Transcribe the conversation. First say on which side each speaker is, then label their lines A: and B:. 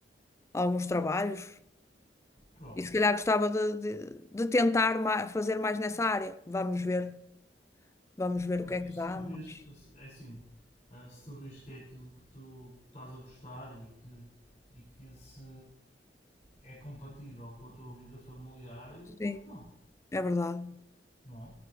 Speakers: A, on the left; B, on the left.
A: alguns trabalhos
B: Pronto,
A: e se calhar gostava de, de, de tentar ma- fazer mais nessa área. Vamos ver, vamos ver
B: Pronto,
A: o que é que
B: se
A: dá,
B: tu vês,
A: mas
B: é assim, ah, se tu vês que é aquilo que tu estás a gostar e que, e que se é compatível com a tua vida familiar, eu,
A: sim,
B: por que não?
A: é verdade.
B: Não é?